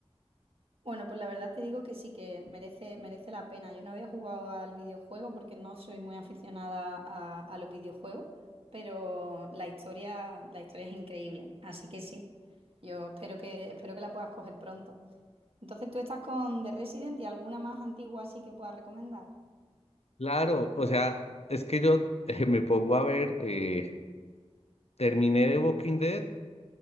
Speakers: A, on the right (about 60°); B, on the left (about 75°).
A: Bueno, pues la verdad te digo que sí que merece, merece la pena. Yo no había jugado al videojuego porque no soy muy aficionada a, a los videojuegos, pero la historia, la historia es increíble. Así que sí, yo espero que, espero que la puedas coger pronto. Entonces, ¿tú estás con The Resident y alguna más antigua así que puedas recomendar?
B: Claro, o sea, es que yo <laughs> eh, me pongo a ver, eh, terminé de Walking Dead,